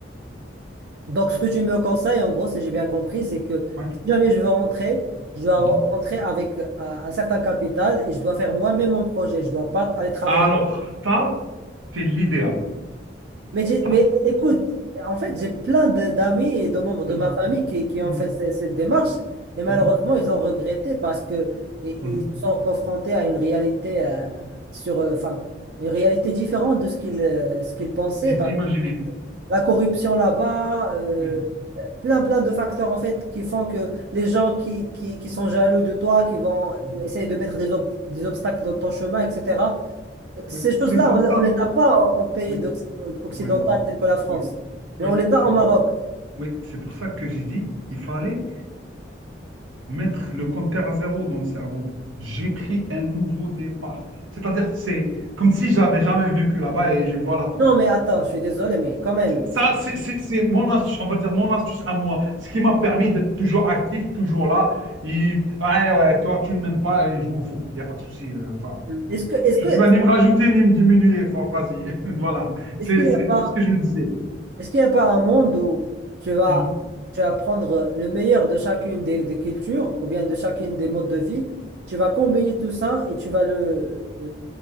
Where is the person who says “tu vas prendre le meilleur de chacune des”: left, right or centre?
Right